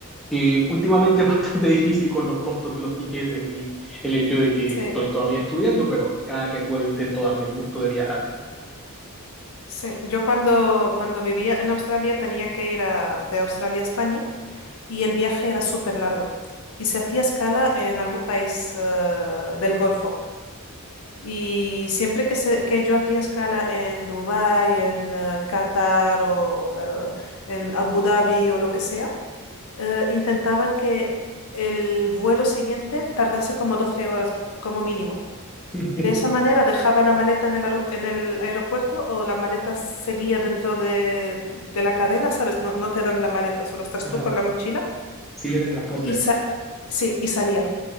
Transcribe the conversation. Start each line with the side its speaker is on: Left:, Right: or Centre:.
Centre: que últimamente es bastante <laughs> difícil con los costos de los tiquetes y el hecho de que
Left: Sí,
Centre: estoy todavía estudiando, pero cada que puedo intento darme el gusto de viajar.
Left: sí. Yo cuando, cuando vivía en Australia tenía que ir a- de Australia a España y el viaje era súper largo y se hacía escala en algún país eh, del Golfo. Y siempre que, se- que yo hacía escala en Dubái, en eh, Qatar o eh, en Abu Dhabi o lo que sea, eh, intentaba que el vuelo siguiente tardase como 12 horas como mínimo.
Centre: <laughs>
Left: De esa manera dejaba la maleta en el, aero- en el aeropuerto o la maleta seguía dentro de, de la cadena, ¿sabes? No, no te dan la maleta, solo estás
Centre: Ajá,
Left: tú con la mochila.
Centre: sigue en el transporte.
Left: Y, sa- sí, y salía.